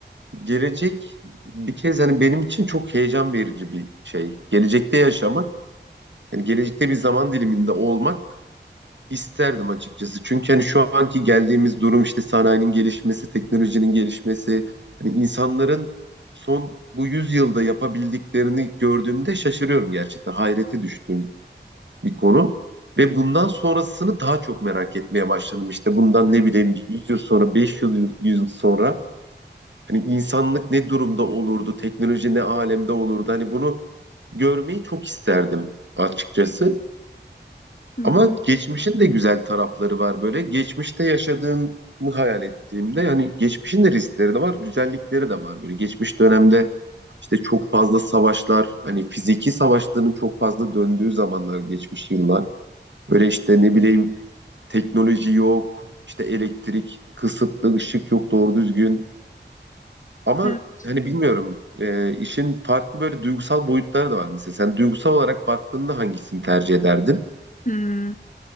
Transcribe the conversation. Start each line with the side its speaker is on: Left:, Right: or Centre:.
Right: gelecek bir kez hani benim için çok heyecan verici bir şey. Gelecekte yaşamak, yani gelecekte bir zaman diliminde olmak isterdim açıkçası. Çünkü hani şu anki geldiğimiz durum işte sanayinin gelişmesi, teknolojinin gelişmesi, hani insanların son bu yüzyılda yapabildiklerini gördüğümde şaşırıyorum gerçekten. Hayrete düştüm bir konu. Ve bundan sonrasını daha çok merak etmeye başladım. İşte bundan
Left: Hmm.
Right: ne bileyim bir yüz yıl sonra, beş yıl, yüz yıl sonra hani insanlık ne durumda olurdu, teknoloji ne alemde olurdu. Hani bunu görmeyi çok isterdim açıkçası.
Left: Hı
Right: Ama
Left: hı.
Right: geçmişin de güzel tarafları var böyle. Geçmişte yaşadığımı hayal ettiğimde hani geçmişin de riskleri de var, güzellikleri de var böyle. Geçmiş dönemde işte çok fazla savaşlar, hani fiziki savaşların çok fazla döndüğü zamanlar geçmiş yıllar. Böyle işte ne bileyim teknoloji yok, işte elektrik kısıtlı, ışık yok doğru düzgün. Ama
Left: Evet.
Right: hani bilmiyorum e, işin farklı böyle duygusal boyutları da var mesela. Sen duygusal olarak baktığında hangisini tercih ederdin?
Left: Hmm.